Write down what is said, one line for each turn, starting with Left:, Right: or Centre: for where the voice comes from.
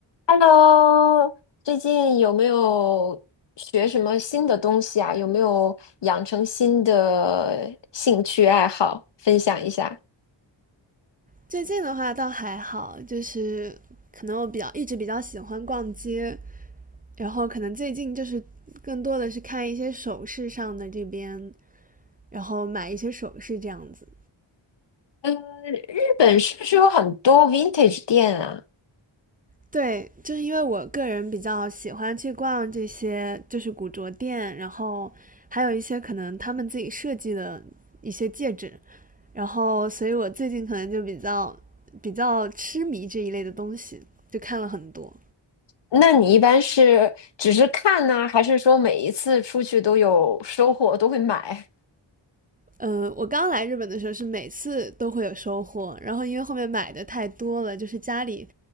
Left: Hello，最近有没有学什么新的东西啊？有没有养成新的兴趣爱好？分享一下。
Right: 最近的话倒还好，就是可能我比较一直比较喜欢逛街，然后可能最近就是更多的是看一些首饰上的这边，然后买一些首饰这样子。
Left: 嗯，日本是不是有很多 vintage 店啊？
Right: 对，就是因为我个人比较喜欢去逛这些就是古着店，然后还有一些可能他们自己设计的一些戒指，然后所以我最近可能就比较比较痴迷这一类的东西，就看了很多。
Left: 那你一般是只是看呢，还是说每一次出去都有收获，都会买？
Right: 呃，我刚来日本的时候是每次都会有收获，然后因为后面买的太多了，就是家里